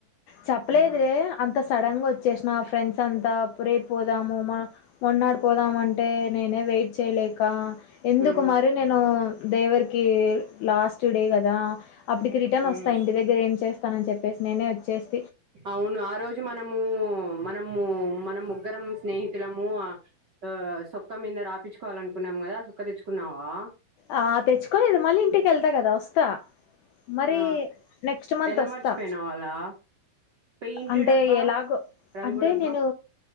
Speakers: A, on the left (about 80°); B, on the right (about 55°).
A: చెప్పలేదు
B: ఆహా
A: రే అంత సడన్ గా వచ్చేసిన ఫ్రెండ్ సంతాపురేప్ పోదాము మొన్నాడు పోదామంటే నేనే వెయిట్ చేయలేక ఎందుకు
B: మ్మ్
A: మరి నేను దేవరికి లాస్ట్ డే కదా అప్పటికి రిటర్న్ వస్తా
B: మ్మ్
A: ఇంటి దగ్గర ఏం చేస్ నేస్ నేనే వచ్చేస్
B: అవును ఆ రోజు మనము మనము మన ముగ్గురం స్నేహితులము ఆ సొక్క మీద రాపించుకోవాలనుకున్నా న్నాం కదా చోక్క తెచ్చుకున్నావా
A: ఆ తెచ్చుకోలేదు మళ్ళీ ఇంటికి వెళ్తా కదా వస్తా మరి
B: ఆ
A: నెక్స్ట్ మంత్
B: ఎలా
A: వస్తా
B: మర్చిపోయినావ్ అలా పెయింట్
A: అంటే
B: డబ్బా
A: ఎలాగో
B: రంగు
A: అంటే
B: డబ్బా
A: నేను